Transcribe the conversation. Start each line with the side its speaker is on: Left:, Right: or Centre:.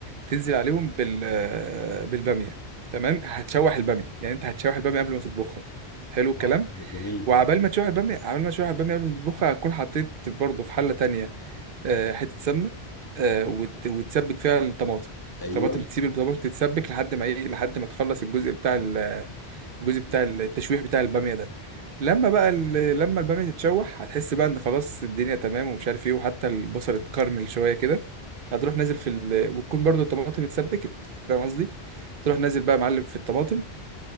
Right: تنزل عليهم بال آه، بالباميه تمام هتشوح الباميه يعني انت هتشوح الباميه قبل ما تطبخها حلو الكلام
Left: اه جميل
Right: وعبال ما تشوح الباميه عبال ما تشوح الباميه قبل ما تطبخها هتكون حطيت برضه في حله تانية آه، حته سمنه آه،
Left: جميل
Right: وت... وتسبك فيها الطماطم
Left: ايوه
Right: طماطم تسيب الطماطم تتسبك لحد ما ايه لحد ما تخلص الجزء بتاع الجزء بتاع التشويح بتاع الباميه ده لما بقى ال- لما الباميه تتشوح هتحس بقى ان خلاص الدنيا تمام ومش عارف ايه وحتى البصل اتكرمل شويه كده هتروح نازل في ال... وتكون برضو الطماطم اتسبكت فاهم قصدي تروح نازل بقى يا معلم في الطماطم